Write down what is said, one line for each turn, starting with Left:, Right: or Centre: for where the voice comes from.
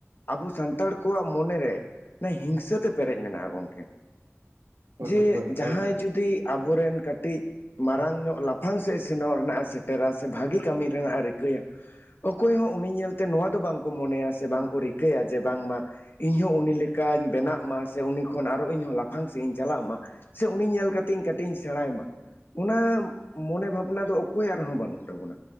Left: ᱟᱵᱚ ᱥᱟᱱᱛᱟᱲ ᱠᱚᱣᱟᱜ ᱢᱚᱱᱮᱨᱮ ᱦᱤᱝᱥᱟᱹ ᱛᱮ ᱯᱮᱨᱮᱡᱽ ᱢᱮᱱᱟᱜᱼᱟ ᱜᱚᱝᱠᱮ
Right: ᱦᱳᱭ
Left: ᱡᱮ
Right: ᱦᱳᱭ
Left: ᱡᱟᱦᱟᱸᱭ
Right: ᱦᱳᱭ
Left: ᱡᱩᱫᱤ ᱟᱵᱚᱨᱮᱱ ᱠᱟᱹᱴᱤᱡ ᱢᱟᱨᱟᱝ ᱧᱚᱜ ᱞᱟᱯᱷᱟᱝ ᱥᱮᱫ ᱥᱮᱱᱚᱜ ᱨᱮᱱᱟᱜ ᱥᱮᱴᱮᱨᱟ ᱥᱮ ᱵᱷᱟᱜᱤ ᱠᱟᱹᱢᱤ ᱨᱮᱱᱟᱜ ᱮ ᱨᱤᱠᱟᱹᱭᱟ ᱚᱠᱚᱭ ᱦᱚᱸ ᱩᱱᱤ ᱧᱮᱞᱛᱮ ᱱᱚᱣᱟ ᱫᱚ ᱵᱟᱝᱠᱚ ᱢᱚᱱᱮᱭᱟ ᱥᱮ ᱵᱟᱝᱠᱚ ᱨᱤᱠᱟᱹᱭᱟ ᱡᱮ ᱵᱟᱝᱢᱟ ᱤᱧᱦᱚᱸ ᱩᱱᱤ ᱞᱮᱠᱟᱧ ᱵᱮᱱᱟᱜ ᱢᱟ ᱥᱮ ᱩᱱᱤ ᱠᱷᱚᱱ ᱟᱨᱚ ᱤᱧᱦᱚᱸ ᱞᱟᱯᱷᱟᱝ ᱥᱮᱫ ᱤᱧ ᱪᱟᱞᱟᱜ ᱢᱟ ᱥᱮ ᱩᱱᱤ ᱧᱮᱞ ᱠᱟᱛᱮᱧ ᱠᱟᱹᱴᱤᱡ ᱤᱧ ᱥᱮᱬᱟᱭ ᱢᱟ ᱚᱱᱟ ᱢᱚᱱᱮ ᱵᱷᱟᱵᱽᱱᱟ ᱫᱚ ᱚᱠᱚᱭᱟᱜ ᱨᱮᱦᱚᱸ ᱵᱟᱹᱱᱩᱜ ᱛᱟᱵᱚᱱᱟ